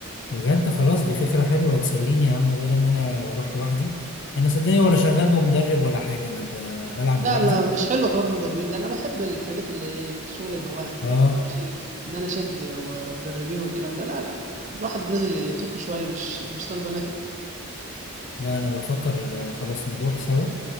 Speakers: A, on the left; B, on the right.
A: بجد خلاص دي فكرة حلوة هتسليني يا عم بدل ما انا بروح لوحدي انا صدقني ولا شغال بمدرب ولا حاجة انا ب... بلعب
B: لا
A: لوحدي
B: لا مش حلو حوار المدربين ده انا بحب الحاجات اللي ايه شغل الهواة ما
A: اه
B: بحبش ال... ان انا شد ومدربين والكلام ده لا لا الواحد نازل يفك شويه مش مش طالبه نكد
A: لا انا بفكر آه، خلاص نروح سوا